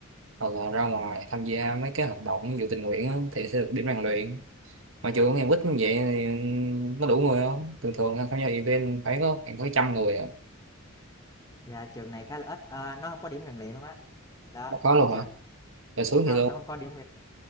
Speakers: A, on the right; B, on the left.
A: hoặc là ra ngoài tham gia mấy cái hoạt động ví dụ tình nguyện á, thì sẽ được điểm rèn luyện mà trường của em ít như vậy thì nó đủ người không thường thường tham gia event phải có khoảng có trăm người à.
B: dạ trường này khá là ít Ờ, nó không có điểm rèn luyện luôn á đó
A: nó có luôn
B: thấy chưa
A: hả rồi xuống
B: không
A: vậy luôn
B: nó không có điểm